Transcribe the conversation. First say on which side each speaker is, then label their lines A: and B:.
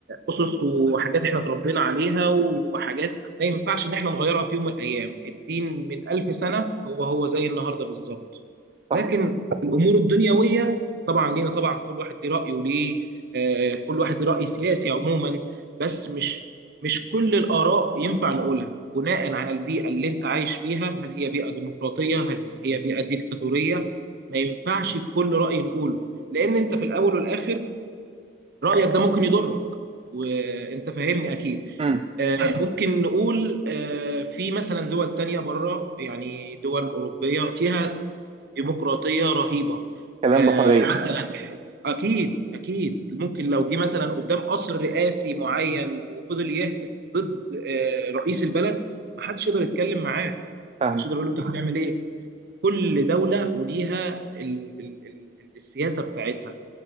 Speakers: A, on the right; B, on the right.
A: اسس وحاجات احنا اتربينا عليها وحاجات ما ينفعش ان احنا نغيرها في يوم من الايام الدين من الف سنه هو هو زي النهارده بالظبط
B: صح؟
A: لكن الامور الدنيويه طبعا لينا طبعا كل واحد ليه رايه ليه آه، كل واحد ليه راي سياسي عموما بس مش مش كل الاراء ينفع نقولها بناء على البيئه اللي انت عايش فيها هل هي بيئه ديمقراطيه هل هي بيئه ديكتاتوريه ما ينفعش كل راي نقوله لان انت في الاول والاخر رأيك ده ممكن يضرك وانت فاهمني اكيد
B: مم.
A: آه، مم. ممكن نقول آه، في مثلا دول تانية بره يعني دول أوروبية فيها ديمقراطية رهيبة
B: كلام
A: آه،
B: بحرية
A: مثلا أكيد أكيد ممكن لو جه مثلا قدام قصر رئاسي معين وفضل يهتف ضد آه، رئيس البلد محدش يقدر يتكلم معاه
B: فاهمة
A: محدش يقدر يقول له أنت بتعمل إيه كل دولة وليها ال ال ال السياسة بتاعتها